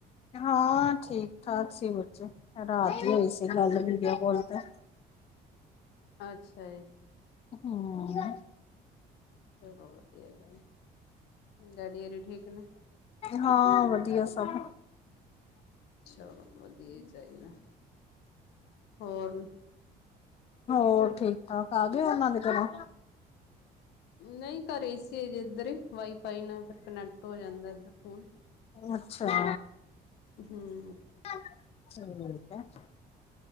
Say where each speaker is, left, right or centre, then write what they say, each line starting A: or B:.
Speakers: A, on the left (about 35°); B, on the left (about 80°).
A: ਹਾਂ ਠੀਕ ਠਾਕ ਸੀ ਬੱਚੇ ਰਾਤ ਦੀ ਹੋਈ ਸੀ ਗੱਲ ਮੀਡੀਆ ਕੋਲ ਤੇ।
B: ਅੱਛਾ ਜੀ।
A: ਹਮ।
B: ਚਲੋ ਵਧੀਆ ਗੱਲ ਡੈਡੀ ਔਰੀ ਠੀਕ ਨੇ।
A: ਹਾਂ ਵਧੀਆ ਸਭ।
B: ਚਲੋ ਵਧੀਆ ਚਾਹੀਦਾ ਹੋਰ
A: ਹੋਰ ਠੀਕ ਠਾਕ ਆ ਗਏ ਉਹਨਾਂ ਦੇ ਘਰੋਂ।
B: ਨਹੀਂ ਘਰੇ ਈ ਸੀ ਅਜੇ ਇੱਧਰ ਹੀ ਵਾਈਫਾਈ ਨਾਲ ਫਿਰ ਕਨੈਕਟ ਹੋ ਜਾਂਦੈ ਇੱਧਰ ਫੋਨ।
A: ਅੱਛਾ।
B: ਹਮ।
A: ਚਕੇ। <unintelligible>